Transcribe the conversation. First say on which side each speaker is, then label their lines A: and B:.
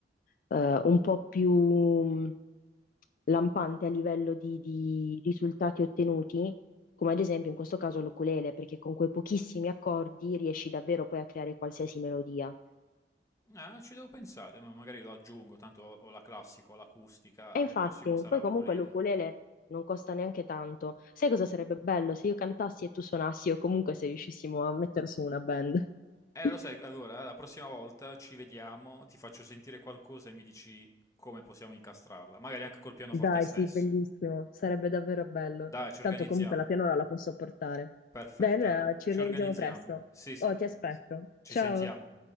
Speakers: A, on the left; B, on the left.
A: eh, un po' più mh, lampante a livello di, di risultati ottenuti. Come ad esempio in questo caso l'ukulele, perché con quei pochissimi accordi riesci davvero poi a creare qualsiasi melodia.
B: Ah, ci devo pensare, ma magari lo aggiungo, tanto ho ho la classica, ho l'acustica,
A: E infatti,
B: e prossimo sarà
A: poi
B: ukulele.
A: comunque l'ukulele non costa neanche tanto. Sai cosa sarebbe bello se io cantassi e tu suonassi o comunque se riuscissimo a mettere su una band?
B: Eh,
A: <laughs>
B: lo sai, allora la prossima volta ci vediamo, ti faccio sentire qualcosa e mi dici come possiamo incastrarla, magari anche col pianoforte
A: Dai,
B: stesso.
A: sì, bellissimo, sarebbe davvero bello.
B: Dai, ci organizziamo.
A: Tanto comunque la pianola la posso portare.
B: Perfetto,
A: Dai, allora ci
B: ci
A: organizziamo
B: organizziamo.
A: presto.
B: Sì, sì,
A: Oh, ti aspetto.
B: sì. Ci
A: Ciao.
B: sentiamo.